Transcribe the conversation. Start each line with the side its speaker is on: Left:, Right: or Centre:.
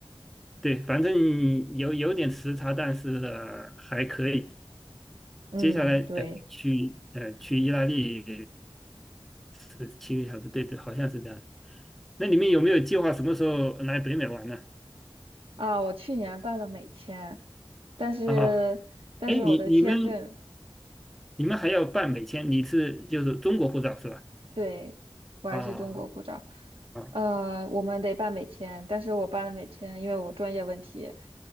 Centre: 对，反正有有点时差，但是，呃还可以。
Right: 嗯，
Centre: 接下来呃去呃去意大利
Right: 对。
Centre: 是七个小时，对对，好像是这样。那你们有没有计划什么时候来北美玩呢？
Right: 啊，我去年办了美签，但是但是我的签证，
Centre: 啊，哎，你你们你们还要办美签？你是就是中国护照是吧？
Right: 对，我还是中国护照，
Centre: 啊啊
Right: 呃，我们得办美签，但是我办了美签，因为我专业问题